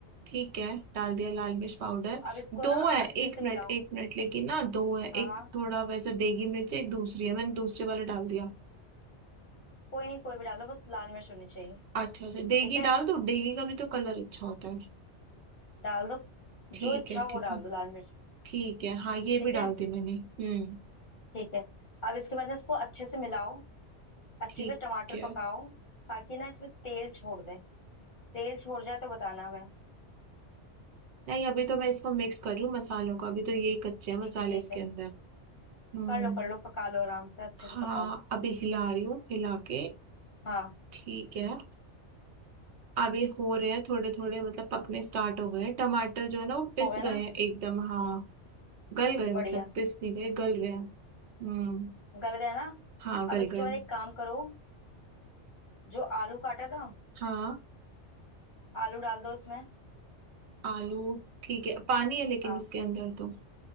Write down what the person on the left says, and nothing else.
अब इसको
ना
अच्छे
से
मिलाओ
हाँ
हाँ
कोई नहीं कोई भी डालो बस लाल मिर्च होनी चाहिए
ठीक है
डाल दो
जो इच्छा
हो
वो डाल
दो लाल मिर्च में
ठीक
है
ठीक है अब इसके बाद ना इसको अच्छे से मिलाओ अच्छे
से टमाटर
पकाओ ताकि ना इसमें तेल छोड़ दे तेल छोड़ जाए तो बताना मैं
ठीक है ठीक
है
कर लो कर लो पका लो आराम से अच्छे
से पकाओ
हाँ
हो गया ना
बढ़िया
गल गया ना
अब इसके
बाद एक काम करो जो आलू काटा था
आलू डाल दो इसमें
हाँ